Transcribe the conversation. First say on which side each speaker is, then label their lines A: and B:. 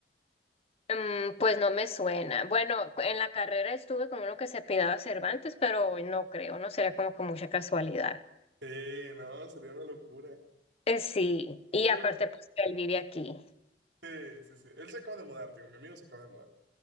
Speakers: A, on the left; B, on the right.
A: Mm, pues no me suena. Bueno,
B: No.
A: en la carrera estuve con uno que se apellidaba Cervantes, pero hoy no creo, no sería como que mucha casualidad.
B: Sí, no, sería una locura.
A: Eh, sí, y
B: Pero
A: aparte pues que él vive aquí.
B: sí, sí, sí. Él se acaba de mudar, digo, mi amigo se acaba de mudar.